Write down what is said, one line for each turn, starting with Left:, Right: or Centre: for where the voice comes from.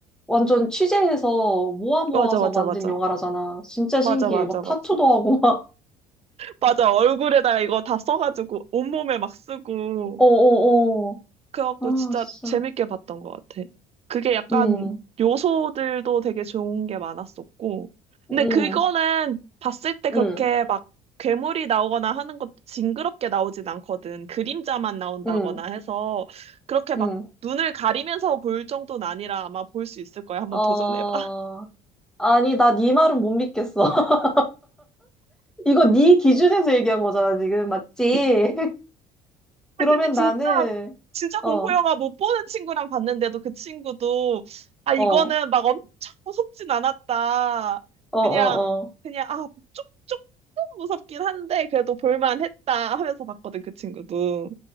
Centre: 완전 취재해서 모아 모아서
Right: 맞아, 맞아,
Centre: 만든
Right: 맞아.
Centre: 영화라잖아. 진짜 신기해.
Right: 맞아, 맞아,
Centre: 막 타투도
Right: 맞아.
Centre: 하고 막.
Right: 맞아, 얼굴에다가 이거 다 써가지고 온몸에 막 쓰고.
Centre: <laughs> 어어어.
Right: 그래갖고
Centre: 아,
Right: 진짜
Centre: 진짜.
Right: 재밌게 봤던 것 같아. 그게 약간
Centre: 응,
Right: 요소들도 되게 좋은 게 많았었고. 근데
Centre: 응,
Right: 그거는 봤을 때 그렇게
Centre: 응,
Right: 막 괴물이 나오거나 하는 것도 징그럽게 나오진 않거든. 그림자만 나온다거나
Centre: 응,
Right: 해서 그렇게 막
Centre: 응.
Right: 눈을 가리면서 볼 정도는 아니라 아마 볼 수 있을 거야. 한번
Centre: 아
Right: 도전해봐.
Centre: 아니, 나 네 말은 못 믿겠어. <laughs> 이거 네 기준에서 얘기한 거잖아, 지금. 맞지?
Right: <laughs>
Centre: <laughs>
Right: 아,
Centre: 그러면
Right: 근데 진짜,
Centre: 나는,
Right: 진짜 공포영화
Centre: 어, 어,
Right: 못 보는 친구랑 봤는데도 그 친구도, 아, 이거는
Centre: 어,
Right: 막 엄청 무섭진 않았다.
Centre: 어,
Right: 그냥,
Centre: 어.
Right: 그냥, 아, 쪽, 조금 무섭긴 한데, 그래도 볼만했다 하면서 봤거든, 그 친구도.